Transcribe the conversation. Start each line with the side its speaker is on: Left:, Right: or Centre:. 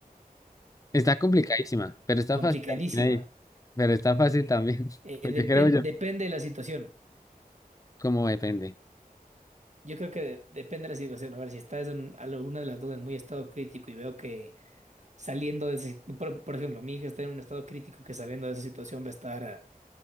Left: Está complicadísima, pero está
Right: complicadísima.
Left: fácil también ahí. Pero está fácil también. <laughs>
Right: Eh,
Left: Pues
Right: depen-
Left: yo creo yo,
Right: depende de la situación.
Left: como depende.
Right: Yo creo que de- depende de la situación. A ver, si estás en alguna de las dos en muy estado crítico y veo que saliendo de ese. Por, por ejemplo, mi hija está en un estado crítico que saliendo de esa situación va a estar.